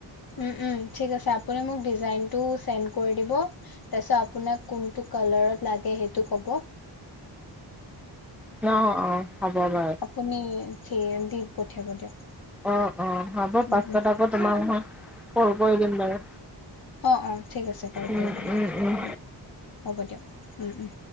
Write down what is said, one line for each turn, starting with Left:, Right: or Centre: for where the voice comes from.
Left: উম উম থিক আছে আপুনি মোক ডিজাইন টো ছেন্ড কৰি দিব তাৰপিছত আপোনাক কোনটো কালাৰত লাগে সেইটো ক'ব
Centre: অ', অ', হ'ব বাৰু
Left: আপুনি থি দি পঠিয়াব দিয়ক।
Centre: অ অ হ'ব পাছত
Left: উম উম
Centre: আকৌ তোমাক মই কল কৰি দিম বাৰু।
Left: অ অ ঠিক আছে কল
Centre: উম,
Left: কৰিব দিয়ক
Centre: উম, উম,
Left: উ হ'ব দিয়ক উ উম।